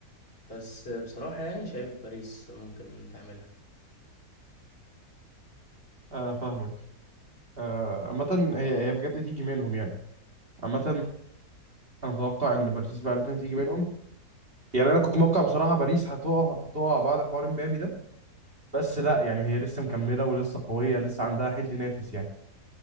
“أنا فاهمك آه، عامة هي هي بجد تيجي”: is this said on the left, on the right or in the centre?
Right